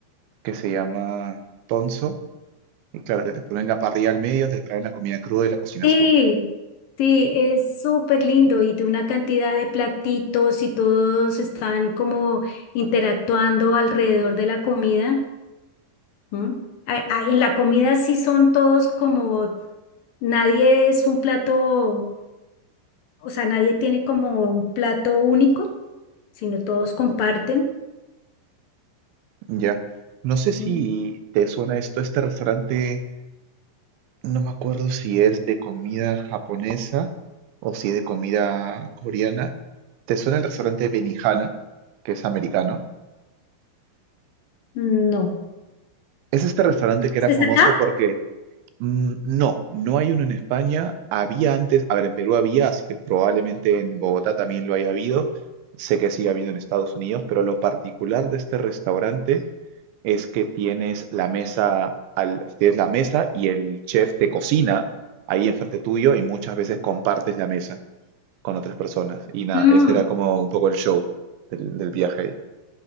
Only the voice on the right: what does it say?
que se llama Tonso. Y claro, que te ponen la parrilla al medio, te traen la comida cruda y la cocinas
tú.
Ya. No sé si
te suena esto, este restaurante No me acuerdo si es de comida japonesa o si es de comida coreana. ¿Te suena el restaurante Benihana, que es americano?
Es este restaurante que era
famoso
porque mm, no, no hay uno en España. Había antes, a ver, en Perú había, así que probablemente en Bogotá también lo haya habido. Sé que sigue habiendo en Estados Unidos, pero lo particular de este restaurante es que tienes la mesa, al, tienes la mesa y el chef te cocina ahí enfrente tuyo y muchas veces compartes la mesa. con otras personas. Y nada,
ese era como un poco el show del, del viaje ahí.